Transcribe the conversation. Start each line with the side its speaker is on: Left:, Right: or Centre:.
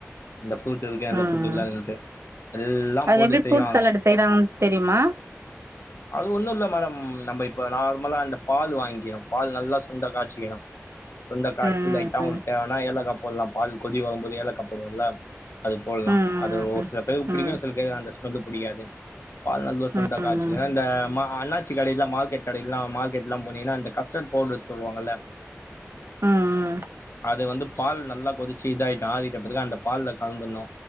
Left: இந்த ஃப்ரூட் இருக்கு அந்த
Right: ம்
Left: ஃப்ரூட் டு இல்லண்டு எல்லா
Right: அது
Left: போட்டு
Right: எப்டி
Left: செய்வாங்க
Right: ஃப்ரூட் சாலட் செய்யறாங்கன்னு தெரியுமா
Left: அது ஒன்னு இல்ல மேடம் நம்ப இப்ப நார்மலா அந்த பால் வாங்கிறோ பால் நல்லா சுண்ட காச்சிக்கணு சுண்ட காசிட்டு
Right: ம்
Left: லைட் டா அவுங்ளுக்கு
Right: ம்
Left: தேவனா ஏலக்கா போல்லா பால் கொதி வரும் போது ஏலக்காப்போடுவோல்ல அது போல்லா
Right: ம்
Left: அது ஒரு சில பேருக்கு
Right: ம் ம்
Left: பிடிக்கு சில பேருகு அந்த ஸ்மெல்லு புடிக்காது பால் நல்லா சுண்ட
Right: ம்
Left: காச்சுகுவே இந்த ம அன்னாச்சி கடையில்லா மார்கெட் கடையில்லா மார்கெட்லா போனிங்னா இந்த கஸ்டட் பவுடர் சொல்லுவாங்கல்ல
Right: ம் ம்
Left: அத வந்து பால் நல்லா கொதிச்சி இதாயிட்டு ஆறிட்ட பெறகு அந்த பால்ல கலந்துன்னு